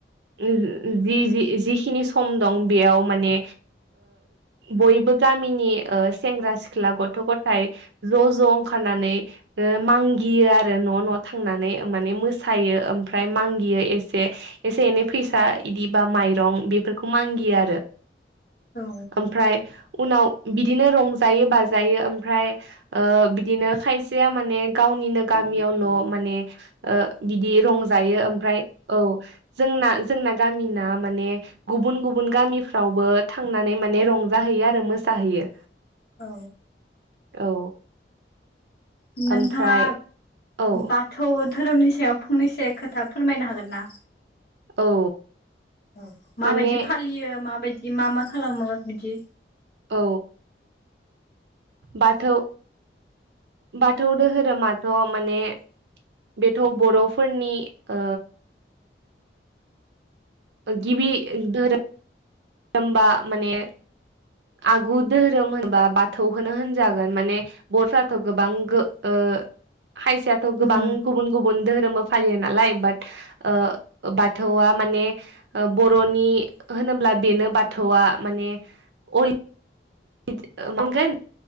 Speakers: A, on the right; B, on the left.
A: ओम जिस जि जिखिनि सम दं बेयाव माने बयबो। गामिनि सेंग्रा सिख्ला गथ' गथाइ ज' ज' ओंखारनानै। ओ मांगियो आरो न' न' थांनानै माने मोसायो ओमफ्राय मांगियो एसे। एसे एनै फैसा इदि बा माइरं बेफोरखौ मांगियो आरो।
B: औ
A: ओमफ्राय। उनाव बिदिनो रंजायो बाजायो ओमफ्राय बिदिनो ओ खायसे। सेया माने गावनिनो गामियावल' माने ओ पे। बिदि रंजायो ओमफ्राय औ जोंना जोंना। गामिना माने गुबुन गुबुन गामिफ्रावबो थांनानै माने रंजाहैयो आरो मोसाहैयो।।
B: औ।
A: औ
B: नोंथाङा
A: ओमफ्राय औ
B: बाथौ धोरोमनि सो। सायाव फंनैसो खोथा फोरमायनो हागोन ना।
A: औ
B: औ
A: माने
B: माबायदि फालियो माबायद। बि मा मा खालामो बिदि।
A: औ बाथौ। बाथौ दोहोरोमाथ' माने। बेथ' बर'फोरनिओ। गिबि धोरोम ओमबा माने। आगु दोहोरोम होनबा बाथौखौनो होनजागोन माने बर'फ्राथ' गोबां गो ओ। ओ ओ। खायसेआथ' गोबां
B: उम
A: गुबुन गुबुन दोहोरोमबो फालियो नालाय बाट ओ बाथौआ। माने ओ बर'नि होनोब्ला बेनो बाथौआ माने आय। इद ओ बुंगोन